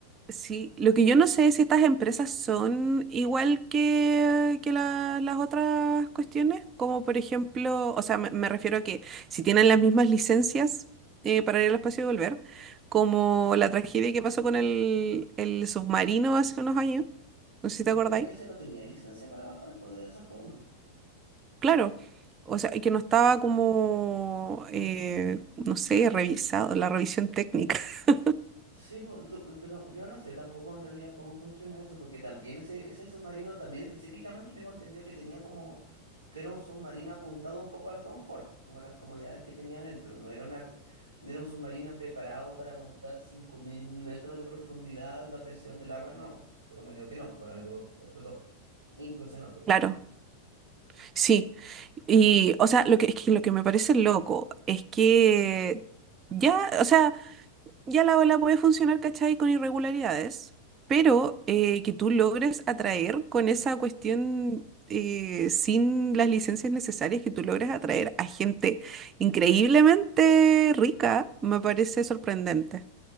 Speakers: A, on the right; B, on the right.
A: sí, lo que yo no sé es si estas empresas son igual que, que la- las otras cuestiones, como por ejemplo, o sea, me, me refiero a que si tienen las mismas licencias eh, para ir al espacio y volver, como la tragedia que pasó con el, el submarino hace unos años, no
B: Se
A: sé si te
B: supone
A: acordáis.
B: que ese no tenía licencia para bajar, pues de esa forma.
A: Claro, o sea, y que no estaba como, eh, no sé, revisado, la revisión técnica. <laughs>
B: Sí, po, tú- pero yo no sé tampoco en realidad cómo funciona eso, porque también ese, ese submarino, también específicamente tengo entendido que tenía como, que era un submarino apuntado un poco al confort, como las comodidades que tenía adentro. No era una, no era un submarino preparado para aguantar 5.000 metros de profundidad la presión del agua, no. Tengo entendido que no, por algo explotó, implosionó, perdón.
A: Claro. Sí, y o sea, lo que, es que lo que me parece loco es que ya, o sea, ya la ola puede funcionar, ¿cachai? Con irregularidades, pero eh, que tú logres atraer con esa cuestión eh, sin las licencias necesarias, que tú logres atraer a gente increíblemente rica, me parece sorprendente,